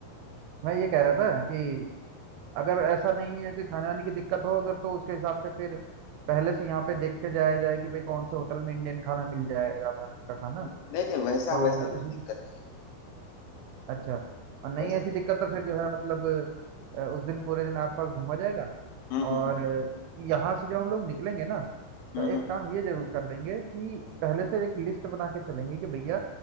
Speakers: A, on the right (about 80°); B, on the left (about 80°).
A: मैं ये कह रहा था कि अगर ऐसा नहीं है कि खाने वाने की दिक्कत हो अगर तो उसके हिसाब से फिर पहले से यहाँ पे देख के जाया जाए कि भाई कौन से होटल में इंडियन खाना मिल जाएगा भारत का खाना
B: नहीं नहीं वैसा
A: तो
B: वैसा कोई
A: उसी
B: दिक्कत
A: अच्छा
B: नहीं
A: और नहीं
B: वैसा
A: ऐसी दिक्कत तो फिर जो है मतलब अ, उस दिन पूरे दिन आसपास घूमा जाएगा
B: हम्म
A: और
B: हम्म
A: अ, यहाँ से जब हम लोग निकलेंगे ना तो
B: हम्म हम्म।
A: एक
B: हम्म।
A: काम ये जरूर कर लेंगे कि पहले से एक लिस्ट बना के चलेंगे कि भैया